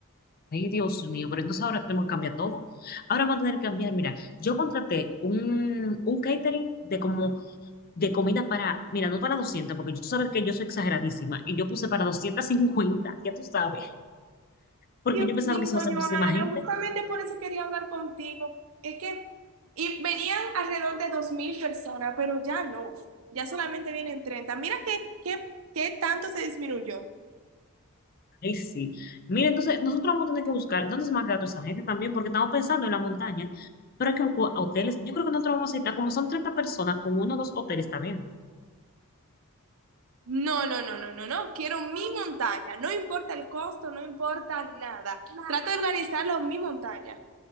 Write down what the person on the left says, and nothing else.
Ay, Dios mío, pero entonces ahora tenemos que cambiar todo. Ahora vamos a tener que cambiar. Mira, yo contraté un, un catering de como de comida para, mira, no para 200 porque tú sabes que yo soy exageradísima y yo puse para 250. ya tú sabes. Porque
yo pensaba
que se va a hacer
muchísima gente.
Ahí sí. Mira, entonces nosotros vamos a tener que buscar dónde se va a quedar toda esa gente también, porque estamos pensando en la montaña, pero hay que buscar hoteles. Yo creo que nosotros vamos a necesitar, como son treinta personas, con uno o dos hoteles también.